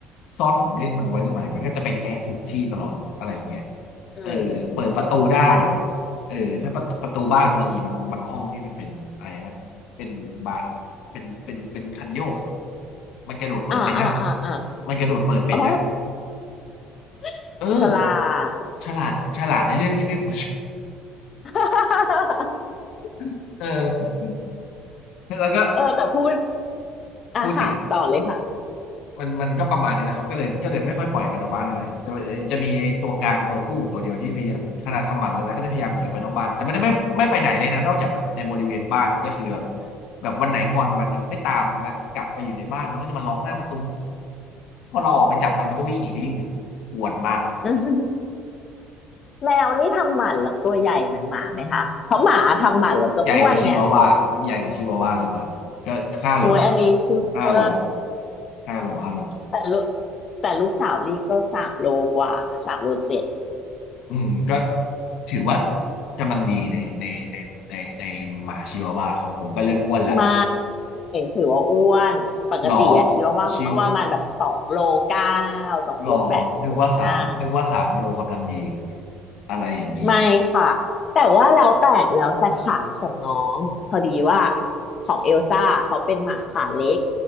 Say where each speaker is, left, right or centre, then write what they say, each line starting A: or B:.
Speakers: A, on the left (about 75°); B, on the left (about 40°).
A: ซ่อนของเล่นมันไว้ตรงไหนมันก็จะไปแงะถูกที่ตลอดอะไรอย่างเงี้ย
B: อืม
A: เออเปิดประตูได้เออถ้าประตูประตูบ้านมันจะมีบางบางห้องที่มันเป็นอะไรนะ เป็นบานเป็นเป็นเป็นคันโยกอะมันกระโดดเปิดเป็นนะ
B: อ่าอ่าอ่าอ่า
A: มันกระโดดเปิดเป็นนะ
B: โอ้ <laughs>
A: เออ
B: ฉลาด
A: ฉลาดฉลาดในเรื่องที่ไม่ควร
B: <laughs>
A: <laughs> เออแล้วก็
B: เออแต่พูด อ่ะค่ะต่อเลยค่ะ
A: พูดถึง มันมันก็ประมาณนี้แหละครับก็เลยก็เลยไม่ค่อยปล่อยมันออกบ้านอะไหรจะจะมีไอ้ตัวกลางตัวผู้ตัวเดียวที่พยายามขนาดทำหมันแล้วนะก็จะพยายามหนีออกไปนอกบ้านแต่มันไม่ไม่ไปไหนเลยนะนอกจากแบบในบริเวณบ้านก็คือแบบแบบวันไหนงอนมันเนี่ยไม่ตามละกลับไปอยู่ในบ้านมันก็จะมาร้องหน้าประตูพอเราออกไปจับมันมันก็วิ่งหนีไปที่อื่นกวนมาก
B: <laughs> อืมแมวนี่ทำหมันแล้วตัวใหญ่เหมือนหมาไหมคะ เพราะหมาทำหมันแล้วจะอ้วนไง
A: ใหญ่กว่าชิวาว่าโอ้ใหญ่กว่าชิวาว่าครับตอนนี้ก็ห้าโล
B: โอ้ยอันนี้เชื่อ
A: ห้าโลห้าโลห้าโล
B: แต่ลูกแต่ลูกสาวลี่ก็สามโลกว่านะสามโลเจ็ด
A: อืมก็ถือว่ากำลังดีในในในในในหมาชิวาวาของผมก็เริ่มอ้วนละ
B: ไม่ถือว่าอ้วนปกติอะชีวาว่าเขาต้องประมาณแบบสองโลเก้า
A: หรอชิว
B: สองโลแปดสองโลเก้า
A: หรอนึกว่าสามนึกว่าสามโลกำลังดีอะไรอย่างนี้
B: ไม่ค่ะแต่ว่าแล้วแต่แล้วแต่ขาของน้องพอดีว่าของเอลซ่าเขาเป็นหมาขาเล็ก